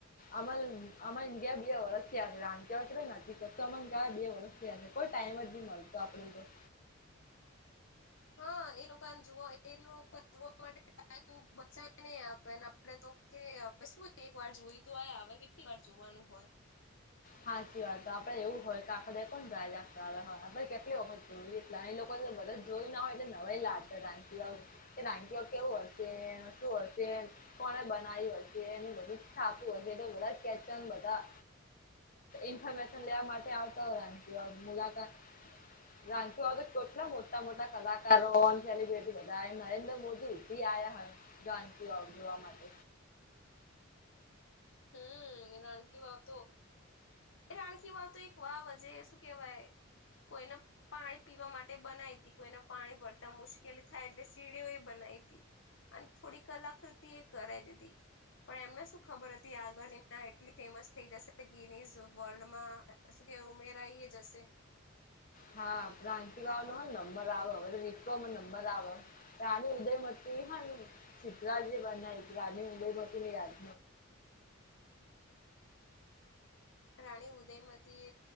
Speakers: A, on the left; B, on the left.
A: અમલ અમાર ગયા બે વરષથીયા રાક્યા વે નથી કરતો અ ગયા બે વરષ... છે, કોઈ ટાઈમ જ મળતો આપને તો...
B: હા, એ લોકોને જોવા એ લોકો જોવા માટે ટમ બચાય નહી આવે... આપ તો કે હવે શું વાર તો આય હ કેટલી વાર જોવાનું હોય.
A: સાાચી વાત આપડે એવું હોય કે આખા દ કોણ ગાય રાખતાળા હોય, આપડે કેટલી વખત જોયું. નાણી લોકો બધ જ જોયું ના હોય એટલે નવાય લા રાી આવ... કે નાનકીિઓ કેવું હશે શું હશે. કોને બનાવી હશે એ બધું થાપું હશે, તો બધા કેચન બધા... ઇન્ફોર્મેશન લેવા માટે આવતા હોયમ કેવા મુલાકાત... રાખ કેટલા મોટા મોટા કલાકારો સેલિબ્રિટી બધા નરેન્દ્ર મોદી એી આ હોય. ગણત વાવ જોવા માટે.
B: હમ, રણકી વાવ તો... એ રાણકી વાવ તો એક વાવજે શું કેવાય કોઈને... પાણી પીવા માટે બનાઈ હતી કોઈને પાણી ભરતા મુશ્કેલી થાય, એટલે સીડીઓ એ બનાઈ હતીી. અને થોડી કલાકૃતિ એ કરે દીદી. પણ એમને શું ખબર હતી આગળ એટલી ફેમસ થઈ જશે, ગી વર્લ્ડમાં શું કે ઉમેરાઈ જ હશે.
A: હા, પ્રાંસીરાાવ નો હ નંબર આવે, હવે તો વિશ્વમાં નંબર આવે. ઉદયમતી, હા ચિતલા જે બનાય છે, રાણી ઉદયમતીને જ...
B: રાણી ઉદયમતી